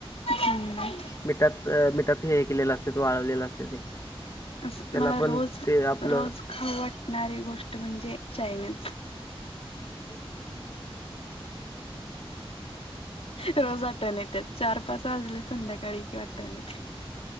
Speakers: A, on the left; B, on the left.
A: हम्म.
B: मिठात मिठात हे केलेलं, असत्यात ओ वाळवलेलं असते ते
A: अस
B: त्याला
A: मला
B: पण
A: रोज
B: ते आपलं
A: रोज खाऊ वाटणारी गोष्ट म्हणजे, चायनीज रोज आठवण येते. चार पाच वाजले, संध्याकाळी आठवण येते.